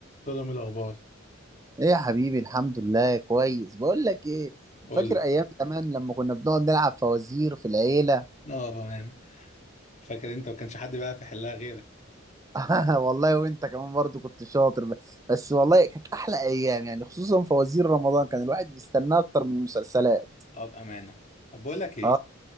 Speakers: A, on the left; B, on the right.
A: سلام الأخبار
B: ايه يا حبيبي الحمد لله كويس بقول لك ايه
A: قول
B: فاكر
A: لي
B: ايام زمان لما كنا بنقعد نلعب فوازير في العيله
A: اه بامانه فاكر انت ما كانش حد بقى في حلها غيرك
B: <laughs> والله وانت كمان برضو كنت شاطر ب- بس والله كانت احلى ايام يعني خصوصا فوازير رمضان كان الواحد بيستناه اكتر من المسلسلات
A: اه بامانه طب بقول لك ايه
B: اه